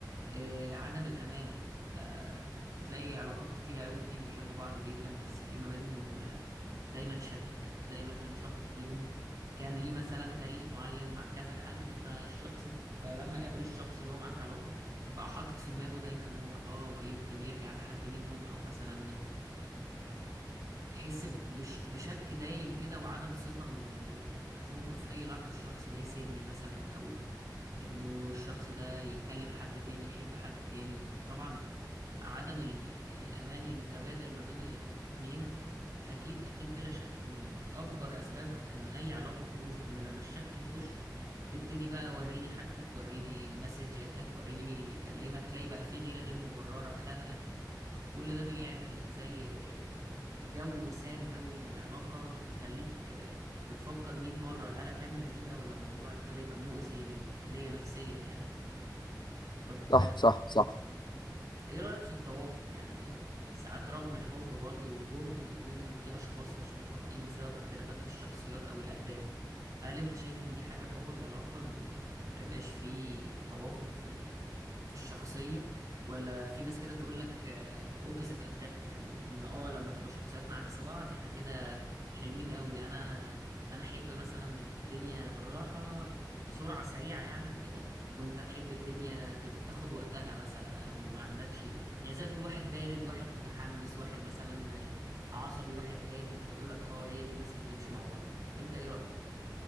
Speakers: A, on the right; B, on the left.
A: آه، عدم الأمان أنت تلاقي علاقات كتيرة قوي اتنين بيحبوا بعض جدا بس في ما بينهم آه، دايما شك تلاقي مثلا شخص فيهم كان ليه مثلا تاريخ معين مع كذا حد فالشخص فلما قابل الشخص اللي هو معاه في علاقة بقى حاطط في دماغه دايما ان هو اه ما يمكن يرجع لحد منهم او مثلا تحس بش بشك دايم كده وعدم ثقة انه ممكن في اي لحظة الشخص ده يسيبني مثلا او انه الشخص ده يكلم حد تاني يحب حد تاني فطبعا عدم ال- الامان المتبادل ما بين الاتنين اكيد اكيد بلا شك من اكبر اسباب ان اي علاقة تبوظ لان لما الشك يخش تبتدي بقى وريني حاجتك وريني مسجاتك وريني مين اللي بيكلمك تلاقي بقى في غيرة غير مبررة خنقة كل ده بيعمل زي جو سام قوي للعلاقة بيخليك بتفكر مئة مرة هل أكمل فيها ولا الموضوع ابتدى يبقى مؤذي لل- ليا نفسيا يعني طب
B: صح صح صح
A: ايه رأيك في التوافق يعني ساعات رغم الحب برضه والجهد بيكون في اشخاص مش متوافقين بسبب اختلافات في الشخصيات او الاهداف هل انت شايف ان دي حاجة تبوظ علاقة انه ما يبقاش في توافق في ال... في الشخصية ولا في ناس كده تقول لك آه، opposite attract يعني ان اه لما تبقى شخصياتنا عكس بعض احنا كده حلوين قوي انا انا احب مثلا الدنيا بالراحة بسرعة سريعة يعني وكده وانت تحب الدنيا تب- تاخد وقتها مثلا او ما عندكش يعني زي ما تقول واحد بارد واحد متحمس واحد مثلا عصبي واحد هادي فيقول لك اه هي دي الناس اللي تمشي مع بعض انت ايه رأيك